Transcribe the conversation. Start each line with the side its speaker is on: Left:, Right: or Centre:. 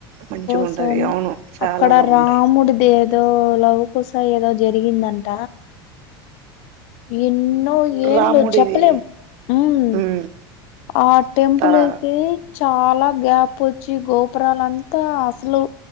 Right: మంచిగుంటది
Left: భోస్వామి
Right: అవును చాలా
Left: అక్కడ
Right: బాగుంటాయి
Left: రాముడు దే దో లవ కుశ ఏదో జరిగిందంట ఎన్నో ఏళ్లు
Right: రాముడిది
Left: చెప్పలేమ్ ఉహ్
Right: హ్మ్
Left: ఆ టెంపుల్
Right: తర
Left: అయితే చాలా గ్యాపోచ్చి గోపురాలంతా అస్లు